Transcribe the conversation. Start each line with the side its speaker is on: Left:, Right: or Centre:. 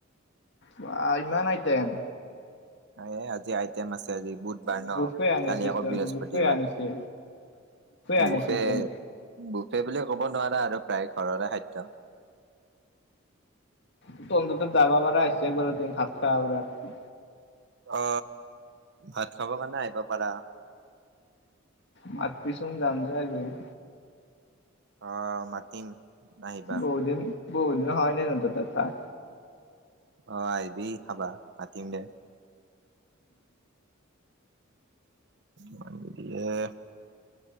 Left: বাআ ইমান আইটেম
Right: এ আজি আইটেম আছে আজি বুধবাৰ ন
Left: বুফে আনিছে
Right: কালি আকৌ বৃহস্পতিবাৰ
Left: বুফে আনিছে আনিছে
Right: বুফে
Left: চোন
Right: বুফে বুলি ক'ব নোৱাৰা আৰু প্ৰায় ঘৰৰে খাদ্য
Left: এটো অন্তত্ব দাবা বাৰা আইছে একবাৰ দিন ভাত খাৱাবোৰক
Right: অ ভাত খাব কাৰণে আহিব পাৰা
Left: মাতবি চোন যাম যাই গৈকেনে
Right: অ মাতিম আহিবা
Left: বহু দিন বহুদিন হয় নে নাই তহঁতৰ তাত
Right: অ আইবি খাবা মাতিম দে মানু দিয়ে